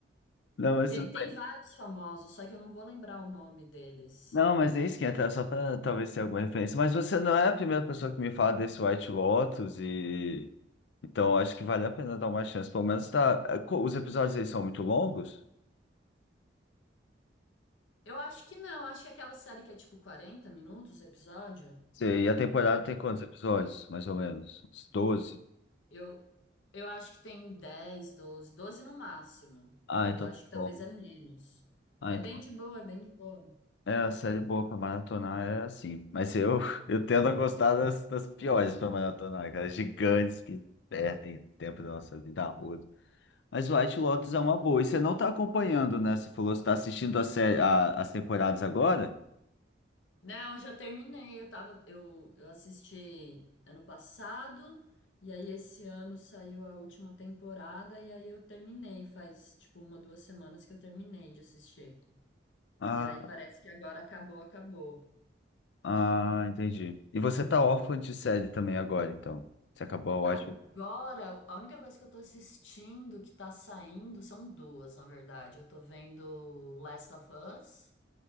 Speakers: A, on the left; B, on the left.
A: Não, mas
B: Tem,
A: tudo
B: tem
A: bem.
B: vários famosos, só que eu não vou lembrar o nome deles.
A: Não, mas é isso que entra, só para talvez ter alguma referência. Mas você não é a primeira pessoa que me fala desse White Lotus e então acho que vale a pena dar uma chance. Pelo menos tá. é, co- Os episódios aí são muito longos?
B: Eu acho que não, acho que aquela série que é tipo 40 minutos o episódio,
A: Sei, E a temporada tem quantos episódios? Mais ou menos? Uns 12?
B: eu, eu acho que tem 10, doze, doze no máximo.
A: Ah, então
B: Eu acho
A: tá
B: que talvez
A: bom.
B: é menos.
A: Ah,
B: É
A: então
B: bem de boa, é bem de boa.
A: É, a série boa pra maratonar é assim. Mas eu, <laughs> eu tendo a gostar das, das piores pra maratonar, aquelas gigantes que perdem tempo da nossa vida roda. Mas White Lotus é uma boa. E você não tá acompanhando, né? Você falou que você tá assistindo a série, a- as temporadas agora?
B: Não, já terminei, eu tava, eu, eu assisti ano passado, e aí esse ano saiu a última temporada, e aí eu terminei, faz tipo uma, duas semanas que eu terminei de assistir.
A: Ah,
B: E aí parece que agora acabou, acabou.
A: ah, entendi. E você tá órfã de série também agora, então. Você acabou
B: Agora,
A: a White.
B: a única coisa que eu tô assistindo que tá saindo são duas, na verdade. Eu tô vendo Last of Us.